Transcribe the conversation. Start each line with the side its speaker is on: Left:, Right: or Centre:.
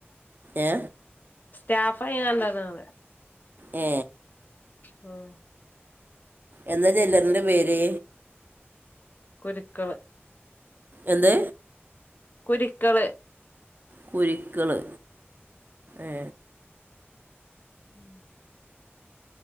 Right: ഏ
Left: സ്റ്റാഫ്ആയികണ്ടാവിടെ
Right: ഏ
Left: ഉം
Right: എന്താ ജ്വല്ലറിന്‍റെ പേര്?
Left: കുരിക്കള്
Right: എന്ത്?
Left: കുരിക്കള്
Right: കുരിക്കള് ഏ
Left: ഉം